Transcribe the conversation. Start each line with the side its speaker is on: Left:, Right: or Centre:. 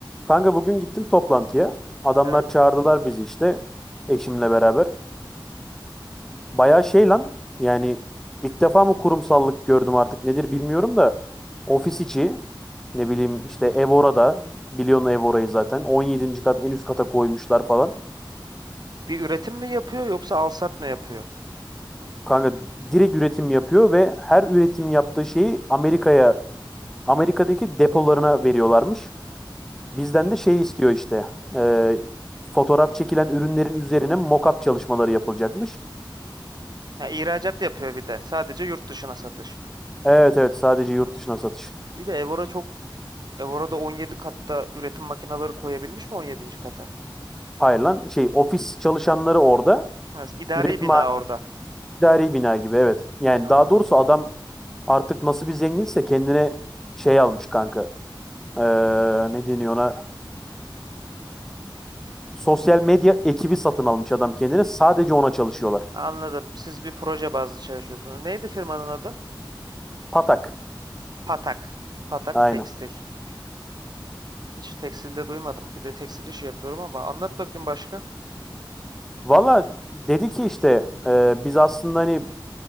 Centre: Kanka bugün gittim toplantıya. Adamlar
Right: Evet.
Centre: çağırdılar bizi işte eşimle beraber. Bayağı şey lan yani ilk defa mı kurumsallık gördüm artık nedir bilmiyorum da ofis içi ne bileyim işte ev orada biliyorsun ev orayı zaten 17. kat en üst kata koymuşlar falan.
Right: Bir üretim mi yapıyor yoksa alsat mı yapıyor?
Centre: Kanka direkt üretim yapıyor ve her üretim yaptığı şeyi Amerika'ya Amerika'daki depolarına veriyorlarmış. Bizden de şey istiyor işte e, fotoğraf çekilen ürünlerin üzerine mock-up çalışmaları yapılacakmış.
Right: Ha, ihracat yapıyor bir de. Sadece yurt dışına satış.
Centre: Evet evet sadece yurt dışına satış.
Right: İyi de Evora çok Evora'da 17 katta üretim makineleri koyabilmiş mi 17. kata?
Centre: Hayır lan şey ofis çalışanları orada.
Right: Ha, idari
Centre: Üretim
Right: bina
Centre: hali
Right: orada.
Centre: idari bina gibi evet. Yani
Right: Anladım.
Centre: daha doğrusu adam artık nasıl bir zenginse kendine şey almış kanka. Ee, ne deniyor ona? Sosyal medya ekibi satın almış adam kendine. Sadece ona çalışıyorlar.
Right: Anladım. Siz bir proje bazlı çalışıyorsunuz. Neydi firmanın adı?
Centre: Patak.
Right: Patak. Patak
Centre: Aynen.
Right: Tekstil. Hiç tekstilde duymadım. Bir de tekstil işi yapıyorum ama anlat bakayım başka.
Centre: Valla dedi ki işte e, biz aslında hani